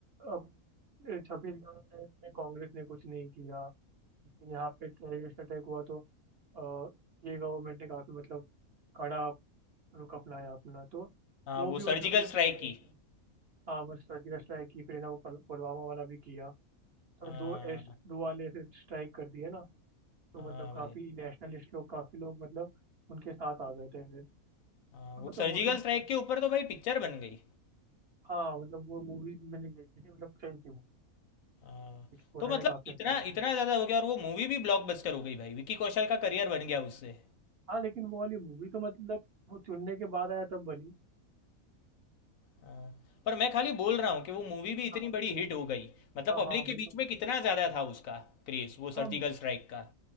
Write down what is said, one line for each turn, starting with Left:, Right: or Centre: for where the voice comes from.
Right: अब छब्बीस ग्यारह टाइम में कांग्रेस ने कुछ नहीं किया लेकिन यहाँ पे टेररिस्ट अटैक हुआ तो आ, ये गवर्नमेंट ने काफी मतलब कड़ा रुख अपनाया अपना तो
Left: हाँ
Right: वो
Left: वो
Right: भी
Left: सर्जिकल
Right: मतलब एक
Left: स्ट्राइक
Right: कहना
Left: की
Right: रहता है हाँ बस सर्जिकल स्ट्राइक की फिर है ना वो पुल- पुलवामा वाला भी किया तो
Left: हाँ
Right: दो एस, दो वाले ऐसे स्ट्राइक कर दिए ना तो
Left: हाँ
Right: मतलब काफी
Left: भाई
Right: नेशनलिस्ट लोग काफी लोग मतलब उनके साथ आ गए थे फिर तो
Left: हाँ वो
Right: मतलब
Left: सर्जिकल
Right: वो तो मतलब
Left: स्ट्राइक के ऊपर तो भाई पिक्चर बन गई
Right: हाँ मतलब वो मूवी मैंने देखी थी मतलब सही थी वो
Left: हाँ
Right: क्वेश्चन
Left: तो मतलब
Right: ने काफी
Left: इतना
Right: अच्छा किया
Left: इतना
Right: था
Left: ज़्यादा हो गया और वो मूवी भी ब्लॉकबस्टर हो गई भाई विकी कौशल का करियर बन गया उससे
Right: हाँ लेकिन वो वाली मूवी तो मतलब वो चुनने के बाद आया तब बनी
Left: हाँ, पर मैं खाली बोल रहा हूँ कि वो मूवी भी इतनी
Right: हाँ
Left: बड़ी हिट हो गई मतलब
Right: हाँ
Left: पब्लिक
Right: हाँ
Left: के
Right: वही
Left: बीच
Right: तो
Left: में कितना ज़्यादा था उसका क्रेज़ वो
Right: हाँ
Left: सर्जिकल स्ट्राइक का